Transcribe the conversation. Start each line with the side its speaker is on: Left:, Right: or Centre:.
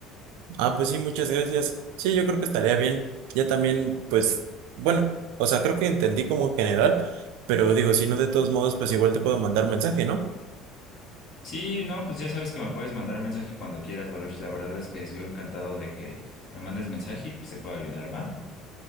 Right: Ah, pues sí, muchas gracias. Sí, yo creo que estaría bien. Ya también, pues, bueno, o sea, creo que entendí como en general, pero digo, si no, de todos modos, pues igual te puedo mandar mensaje, ¿no?
Left: Sí, no, pues ya sabes que me puedes mandar mensaje cuando quieras, Baruch. La verdad es que yo encantado de que me mandes mensaje y pues, te puedo ayudar, ¿va?